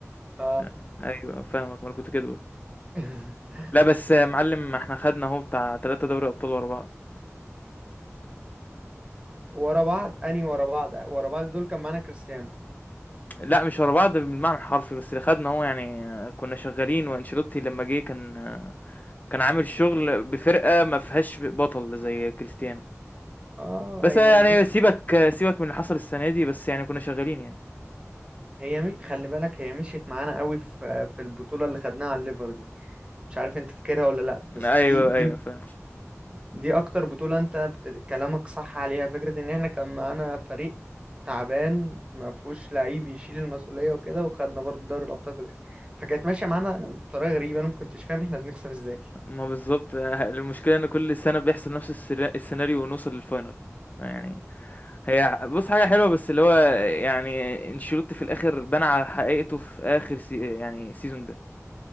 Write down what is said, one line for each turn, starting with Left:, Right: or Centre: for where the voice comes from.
Right: ف
Left: لأ، أيوه فاهمك، ما أنا كنت كده برضه.
Right: <laughs>
Left: لأ، بس يا معلم إحنا خدنا أهو بتاع 3 دوري أبطال ورا بعض،
Right: ورا بعض أني ورا بعض ورا بعض دول كان معانا كريستيانو
Left: لأ مش ورا بعض بالمعنى الحرفي، بس اللي خدنا أهو يعني كنا شغالين وأنشيلوتي لمّا جه كان كان عامل شغل بفرقة ما فيهاش بطل زي كريستيانو.
Right: آه
Left: بس
Right: هي
Left: يعني
Right: بص
Left: سيبك سيبك من اللي حصل السنة دي، بس يعني كنا شغالين يعني.
Right: هي مش... خلي بالك هي مشيت معانا قوي في في البطولة اللي خدناها على الليفر دي مش عارف أنت فاكرها ولا لأ بس
Left: أيوه،
Right: دي دي
Left: أيوه فاهم.
Right: دي اكتر بطولة انت بت... كلامك صح عليها فكرة ان احنا كان معانا فريق تعبان ما فيهوش لعيب يشيل المسؤولية وكده وخدنا برضه دوري الابطال في الاخر فكانت ماشية معانا بطريقة غريبة انا ما كنتش فاهم احنا بنكسب ازاي
Left: ما بالضبط، المشكلة إن كل سنة بيحصل نفس السر السيناريو ونوصل للfinal يعني هي بُص حاجة حلوة، بس اللي هو يعني أنشيلوتي في الآخر بان على حقيقته في آخر سي يعني السيزون ده،